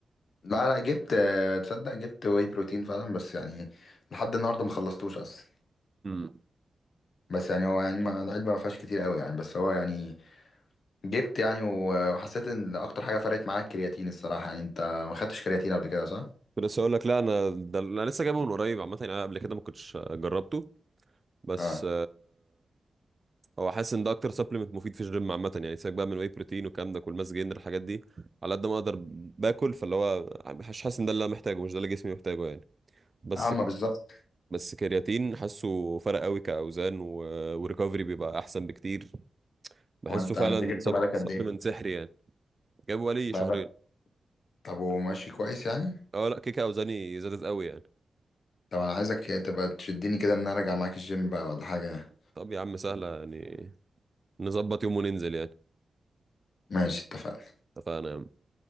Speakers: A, on the left; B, on the right.
A: لا لا جبت تصدق جبت واي بروتين فعلا بس يعني لحد النهارده ما خلصتوش اصلا
B: امم
A: بس يعني هو يعني ما العلبة ما فيهاش كتير قوي يعني بس هو يعني جبت يعني و- وحسيت ان اكتر حاجة فرقت معاك الكرياتين الصراحة يعني انت ما خدتش كرياتين قبل كده صح؟
B: كنت لسه اقول لك لا انا ده انا لسه جايبه من قريب عامه يعني انا قبل كده ما كنتش جربته بس
A: اه
B: هو حاسس ان ده اكتر سبلمنت مفيد في الجيم عامه يعني سيبك بقى من الواي بروتين والكلام ده كل ماس جينر الحاجات دي على قد ما اقدر باكل فاللي هو مش حاسس ان ده اللي انا محتاجه مش ده اللي جسمي محتاجه يعني بس
A: عامة بالظبط
B: بس كرياتين حاسه فرق قوي كاوزان و... وريكفري بيبقى احسن بكتير بحسه
A: هو انت
B: فعلا
A: انت جبت بالك
B: سبلمنت
A: قد ايه؟
B: سحري يعني جابه بقالي
A: بالك
B: شهرين
A: طب وماشي كويس يعني؟
B: اه لا كيكه اوزاني زادت قوي يعني
A: طب انا عايزك تبقى تشدني كده ان انا ارجع معاك الجيم بقى ولا حاجة
B: طب يا عم سهله يعني نظبط يوم وننزل يعني
A: ماشي اتفقنا
B: اتفقنا يا عم.